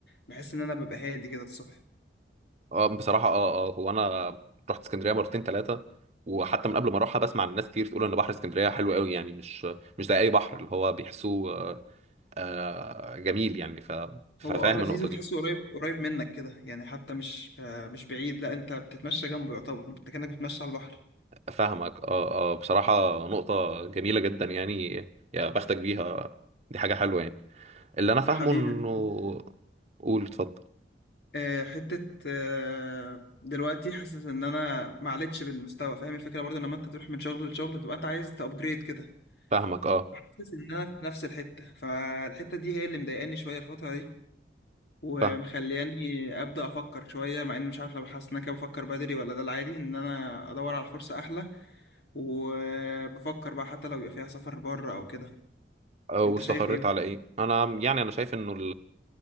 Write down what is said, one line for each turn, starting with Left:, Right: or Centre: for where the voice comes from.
Left: بحس إن أنا ببقى هادي كده الصبح
Right: اه بصراحة اه اه هو انا رحت اسكندرية مرتين ثلاثة وحتى من قبل ما اروحها بسمع عن ناس كتير تقول ان بحر اسكندرية حلو قوي يعني مش مش زي اي بحر اللي هو بيحسوه آه، آه، جميل يعني ف- ففاهم
Left: هو اه لذيذ
Right: النقطة
Left: وتحسه
Right: دي
Left: قريب قريب منك كده يعني حتى مش آه، مش بعيد لا أنت بتتمشى جنبه يعتبر أنت كأنك بتتمشى على البحر
Right: فاهمك اه اه بصراحة نقطة جميلة جدا يعني يا بختك بيها دي حاجة حلوة يعني اللي انا فاهمه
Left: حبيبي
Right: انه قول اتفضل
Left: آه، حتة آه، دلوقتي حاسس ان انا ما عليتش بالمستوى فاهم الفكرة برضو لما انت تروح من شغل لشغل بتبقى انت عايز تابجريد كده
Right: فاهمك اه
Left: فحاسس ان انا في نفس الحتة فالحتة دي هي اللي مضايقاني شوية الفترة دي ومخلياني
Right: فاهم
Left: ابدا افكر شوية مع اني مش عارف لو حاسس ان انا كده بفكر بدري ولا ده العادي ان انا ادور على فرصة احلى وبفكر بقى حتى لو يبقى فيها سفر بره او كده
Right: آه، واستقريت
Left: انت شايف ايه
Right: على ايه انا يعني انا شايف انه